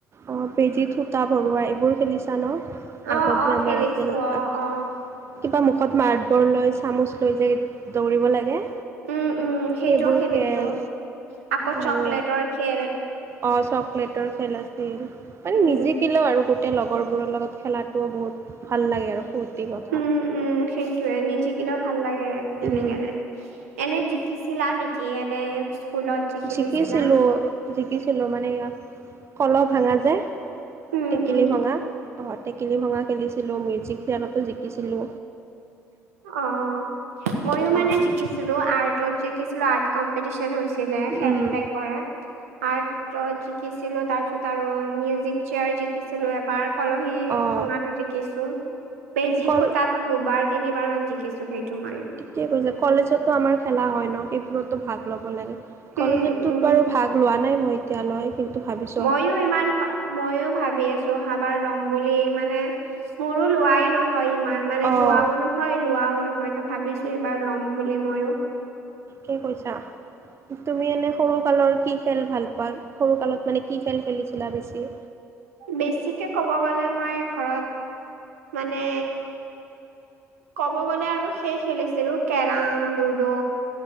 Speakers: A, on the right; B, on the right.
A: অ বেজী সূতা ভৰুৱা এইবোৰ খেলিছা ন।
B: অ
A: আগত
B: অ
A: যে আমাৰ
B: খেলিছো
A: আছিল
B: অ
A: আক।
B: অ
A: কিবা মুখত মাৰ্বল লৈ চামুচ লৈ যায়, দৌৰিব লাগে।
B: উম, উম! সেইটোও
A: সেইবোৰ
B: খেলিছোঁ।
A: খেল
B: আকৌ,
A: আৰু
B: চকলেটৰ খে
A: অ'! চকলেটৰ খেল আছিল। মানে,
B: উম
A: নিজেকিলো আৰু। গোটেই, লগৰবোৰৰ লগত, খেলাটোও বহুত ভাল লাগে আৰু। ফূৰ্তি কথা।
B: উম, উম! সেইটোৱে, নিজিকিলেও ভাল লাগে, খেলি
A: উম।
B: কেনে। এনে জিকি চিলা নেকি এনে। স্কুলত যে খেলিছিলা
A: জিকিছিলো জিকিছিলো মানে ইয়া কলহ ভাঙা যে।
B: উম
A: টেকেলি
B: উম
A: ভঙা অ টেকেলি ভঙা খেলিছিলো মিউজিক চেয়াৰতো জিকিছিলো।
B: অ মইয়ো মানে
A: অঁ
B: জিকিছিলো আৰ্টত জিকিছিলো আৰ্ট কম্পিটিচন হৈছি লে খেল
A: উম
B: টাইপৰে আৰ্টত জিকিছিলো আৰু মিউজিক। চেয়াৰ জিকিছিলো এবাৰ, কলহী
A: অঁ
B: ভঙা জিকিছো, বেজি
A: কল
B: সুতাত। দুবাৰ তিনিবাৰ মান জিকিছো সেইটো মাৰি।
A: কি কৈছে কলেজতো আমাৰ খেলা হয়, ন সেইবোৰতো ভাগ ল'ব লাগে।
B: উম
A: কলেজত টোত
B: উম
A: বাৰু ভাগ লোৱা নাই মই এতিয়ালৈ কিন্তু ভাবি
B: মইয়ো ইমান। মইয়ো ভাবি আছো অহাবাৰ ল'ম বুলি মানে মোৰো লোৱাই নহ। হয় ইমান মানে
A: অঁ
B: যোৱাও নহয়, লোৱাও নহয় ত ভাবিছো এইবাৰ ল'ম বুলি মইয়ো
A: কি কৈছা? তুমি এনে সৰু কালৰ কি খেল ভাল পোৱা সৰু কালত মানে কি খেল খেলিছিলা বেছি?
B: বেছিকে ক'ব গ'লে মই ঘৰত মানে। ক'ব গ'লে আৰু সেই খেলিছিলো কেৰাম, লুডো।